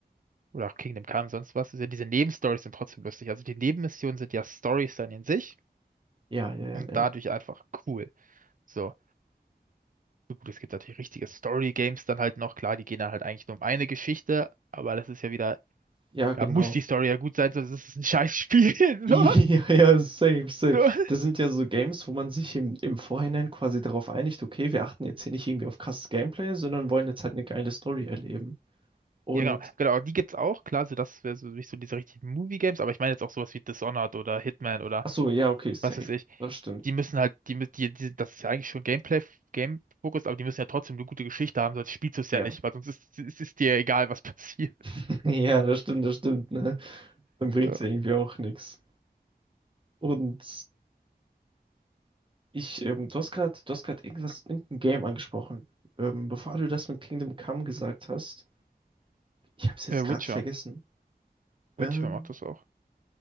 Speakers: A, on the right (about 50°); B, on the right (about 30°).
A: Oder auch Kingdom Come, sonst was. Ist ja, diese Nebenstories sind trotzdem lustig. Also die Nebenmissionen sind ja Stories dann in sich
B: Ja, ja, ja,
A: und
B: ja.
A: dadurch einfach cool. So. Gut, es gibt natürlich richtige Story-Games dann halt noch. Klar, die gehen dann halt eigentlich nur um eine Geschichte, aber das ist ja wieder
B: Ja, genau.
A: Da muss die Story ja gut sein, sonst ist es ein Scheißspiel.
B: <laughs> Ja,
A: <laughs>
B: ja, safe, safe.
A: So, so.
B: Das sind ja so Games, wo man sich im, im Vorhinein quasi darauf einigt, okay, wir achten jetzt hier nicht irgendwie auf krasses Gameplay, sondern wollen jetzt halt eine geile Story erleben. Und
A: Ja, genau. Genau, die gibt's auch. Klar, so das wäre so nicht so diese richtigen Movie-Games, aber ich meine jetzt auch sowas wie Dishonored oder Hitman oder
B: Ach so, ja, okay, safe.
A: was weiß ich.
B: Das stimmt.
A: Die müssen halt, die, mü- die, die das ist ja eigentlich schon Gameplay, Game-Fokus, aber die müssen ja trotzdem eine gute Geschichte haben, sonst spielst du es
B: Ja.
A: ja nicht, weil sonst ist, ist, ist dir egal, was <laughs> passiert.
B: <laughs> Ja, das stimmt, das stimmt, ne? Dann bringt's
A: Ja.
B: ja irgendwie auch nichts. Und ich, ähm, du hast gerade, du hast gerade irgendwas, irgendein Game angesprochen. Ähm, bevor du das mit Kingdom Come gesagt hast, ich hab's jetzt
A: Äh,
B: gerade
A: Witcher.
B: vergessen.
A: Witcher
B: Ähm,
A: macht das auch.